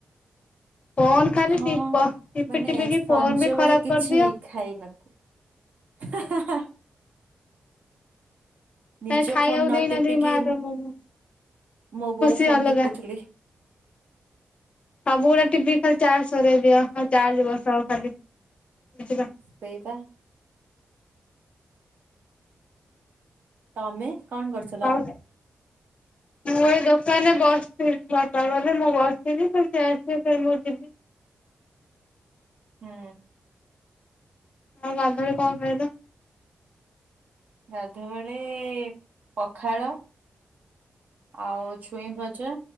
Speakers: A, on the left (about 40°); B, on the right (about 60°).
A: ଫୋନ ଖାଲି
B: ହଁ
A: ଟିପ ଟିପି
B: ମାନେ
A: ଟିପିକି
B: ସଞ୍ଜ
A: ଫୋନ ବି ଖରାପ
B: ବେଳେ କିଛି
A: କରିଦିଅ
B: ଖାଇନ ହାଁ ହାଁ। ନିଜ
A: କାଇଁ ଖାଇବାକୁ
B: ଫୋନ ନ
A: ଦେଇନାହାନ୍ତି
B: ଟିପିକି
A: ମା ତମକୁ
B: ମୋ
A: ଖୁସି
B: ବୋଉ ଫୋନ
A: ଅଲଗା।
B: ଟିପୁଥିଲି।
A: ସବୁ ଗୁଡ଼ା ଟିପିକି ଖାଲି ଚାର୍ଜ ସରେଇ ଦିଅ ଆଉ ଚାର୍ଜ ବସାଅ ଖାଲି ଟିପିବା
B: ସେଇବା। ତମେ କଣ କରୁଥିଲ?
A: ଆଉ ମୁଁ ଏଇ ଦୋକାନରେ ବସିଥିଲି ବାପା ଗଲେ ମୁଁ ବସିଥିଲି ତ ସେ ଆସିଲେ ଫେରେ ମୁଁ ଯିବି।
B: ହୁଁ।
A: ଆଉ ଗାଧୁଆ ବେଳେ କଣ ଖାଇଲ?
B: ଗାଧୁଆବେଳେ ପଖାଳ ଆଉ ଛୁଇଁ ଭଜା